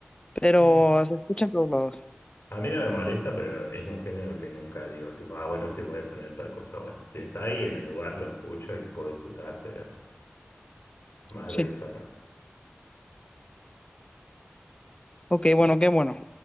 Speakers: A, on the left; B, on the left.
A: pero
B: Eh,
A: se escucha en todos lados.
B: a mí no me molesta, pero es un género que nunca digo, tipo, ah, bueno, sí voy a poner tal cosa, bueno, si está ahí en el lugar lo escucho y lo puedo disfrutar, pero más
A: Sí.
B: de eso no.
A: Ok, bueno, qué bueno.